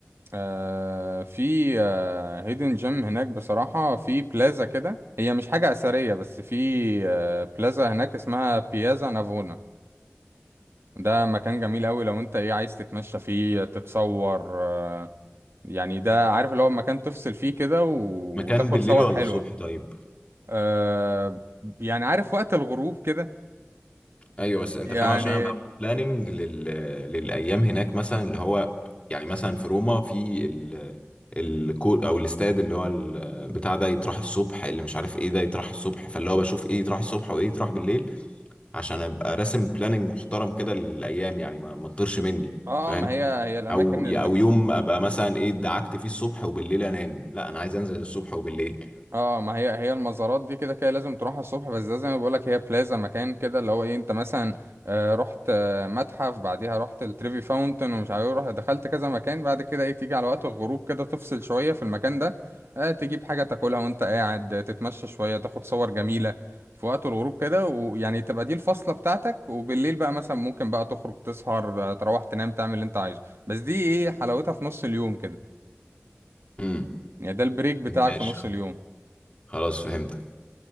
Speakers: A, on the right (about 80°); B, on the left (about 30°).
A: آه في آه هيدن جيم هناك بصراحة في بلازا كده هي مش حاجة أثرية بس في آه بلازا هناك اسمها بيازا نافونا ده مكان جميل أوي لو أنت إيه عايز تتمشى فيه تتصور آه يعني ده عارف اللي هو مكان تفصل فيه كده وتاخد
B: مكان بالليل
A: صور
B: ولا
A: حلوة
B: الصبح طيب
A: آه يعني عارف وقت الغروب كده
B: ايوه بس انت
A: يعني
B: فاهم عشان انا بعمل بلاننج لل... للايام هناك مثلا اللي هو يعني مثلا في روما في ال... الكو او الاستاد اللي هو ال... بتاع ده يتراح الصبح اللي مش عارف ايه ده يتراح الصبح فاللي هو بشوف ايه يتراح الصبح وايه يتراح بالليل عشان ابقى راسم بلاننج محترم كده للايام يعني ما ما تطيرش مني
A: اه
B: فاهم
A: ما هي هي الأماكن
B: او او يوم ابقى مثلا ايه دعكت فيه الصبح وبالليل انام لا انا عايز انزل الصبح وبالليل
A: اه ما هي هي المزارات دي كده كده لازم تروحها الصبح بس ده زي ما بقولك هي بلازا مكان كده اللي هو ايه انت مثلا آه، رحت آه، متحف بعديها رحت التريفي فاونتن ومش عارف ايه رحت دخلت كذا مكان بعد كده ايه تيجي على وقت الغروب كده تفصل شوية في المكان ده آه، تجيب حاجة تاكلها وانت قاعد آه، تتمشى شوية تاخد صور جميلة في وقت الغروب كده ويعني تبقى دي الفصلة بتاعتك وبالليل بقى مثلا ممكن بقى تخرج تسهر آه، تروح تنام تعمل اللي انت عايزه بس دي ايه حلاوتها في نص اليوم كده
B: امم
A: يعني ده البريك بتاعك
B: ماشي
A: في نص اليوم
B: خلاص فهمتك